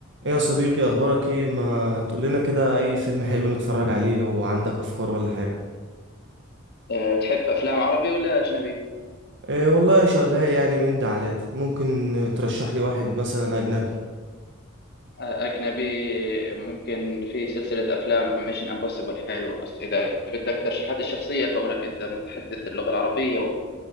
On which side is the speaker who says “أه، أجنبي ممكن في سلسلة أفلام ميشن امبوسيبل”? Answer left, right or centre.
Left